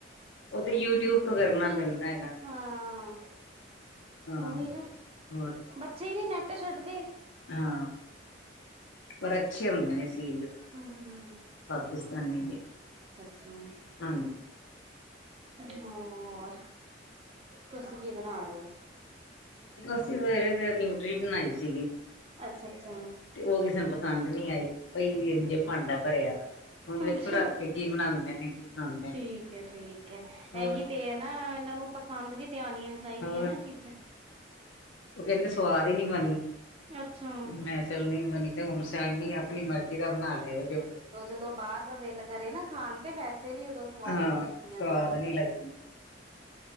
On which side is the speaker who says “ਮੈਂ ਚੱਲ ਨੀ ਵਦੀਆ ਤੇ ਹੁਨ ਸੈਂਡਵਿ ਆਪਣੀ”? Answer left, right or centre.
Left